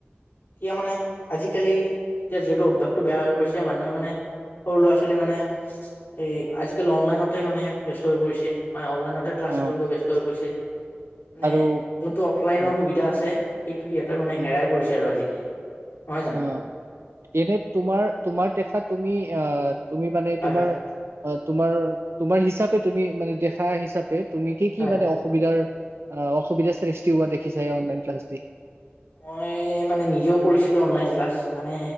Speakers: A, on the left; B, on the right.
A: এতিয়া মানে আজিকালি এতিয়া যিহেতু অভ্যাসতটো বেয়া হৈ পৰিছে মানুহে মানে সৰু ল'ৰা ছোৱালী মানে এ আজিকালি অনলাইনতে মানে ব্যস্ত হৈ পৰিছে বা অনলাইন। নতে ক্লাছ
B: অ
A: কৰিব ব্যস্ত হৈ পৰিছে। মানে
B: আৰু
A: যোনটো অফলাইনৰ
B: উম
A: সুবিধা আছে। সেইটো সিহঁতে মানে
B: উম
A: হেৰাই পৰিছে আৰু আজিকালি। নহয় জানো?
B: অ এনে তোমাৰ তোমাৰ দেখা তুমি আহ তুমি মানে
A: হয়
B: তোমাৰ
A: হয়
B: তোমাৰ তোমাৰ হিচাপে তুমি মানে দেখা হিচাপে তুমি কি
A: হয়
B: কি
A: হয়
B: মানে অসুবিধাৰ অ' অসুবিধা সৃষ্টি হোৱা দেখিছা অ' অনলাইন ক্লাছ দি
A: মই মানে নিজেও কৰিছিলোঁ অনলাইন ক্লাছ মানে